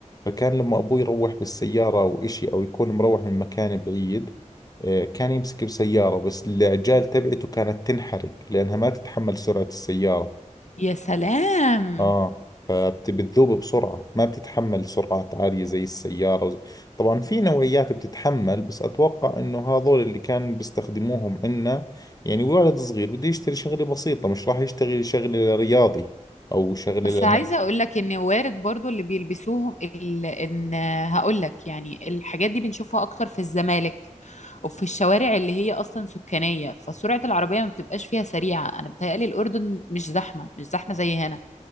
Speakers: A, on the left; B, on the left.
A: فكان لما ابوه يروح بالسيارة او اشي او يكون مروح من مكان بعيد آه، كان يمسك بسيارة بس العجال تبعته كانت تنحرق لانها ما تتحمل سرعة السيارة
B: يا سلام
A: اه فبتذوب بسرعة ما بتتحمل سرعات عالية زي السيارة وز- طبعا في نوعيات بتتحمل بس أتوقع إنه هذول اللي كان بيستخدموهم عنا يعني ولد صغير بده يشتري شغلة بسيطة مش راح يشتغل شغلة رياضي أو شغلة
B: بس
A: لناس
B: عايزة اقول لك ان وارد برضو اللي بيلبسوهم ال... ان هقول لك يعني الحاجات دي بنشوفها اكتر في الزمالك وفي الشوارع اللي هي اصلا سكانية فسرعة العربية ما بتبقاش فيها سريعة انا بتهيألي الاردن مش زحمة مش زحمة زي هنا